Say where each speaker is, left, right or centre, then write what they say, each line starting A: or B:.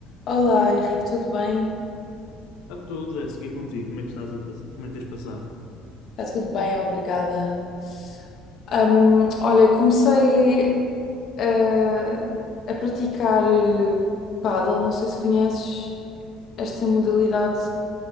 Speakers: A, on the left (about 50°); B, on the left (about 85°).
A: Olá, Henrique, tudo bem?
B: A todos, Jéssica, e contigo, como é que estás a pass- como é que tens passado?
A: Está tudo bem, obrigada. Ahm, olha, comecei eh, a, praticar eh, pádel, não sei se conheces esta modalidade.